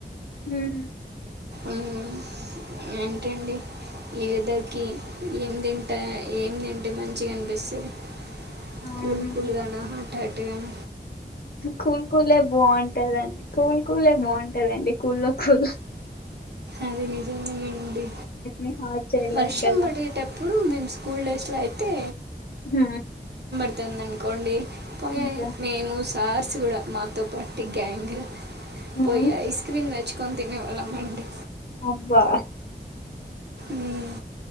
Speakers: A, on the left; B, on the right.
A: ఉమ్
B: మ్మ్ ఏంటండి ఈ వేదర్ కి ఏం తింటా ఏం తింటే మంచిగా అనిపిస్తాది
A: అవును
B: కూల్ కూల్ గానా హాట్ హాట్ గాన
A: కూల్ కూలే ఏ బాగుంటదండి కూల్ కూల్ ఏ బాగుంటదండి కూల్ లో కూల్ లో
B: అది నిజమే అండి
A: ని హాట్ చేయలేం
B: వర్షం
A: కదా
B: పడేటప్పుడు మేము స్కూల్ డైస్ అయితే
A: హ
B: ఉంటుంది అనుకోండి పోయ
A: ఇంకా
B: మేము సార్స్ కూడా మాతో పాటు గ్యాంగ్
A: ఉమ్,
B: పోయి ఐస్ క్రీమ్ తెచ్చుకొని తినే వాళ్ళం అండి
A: అబ్బా
B: మ్మ్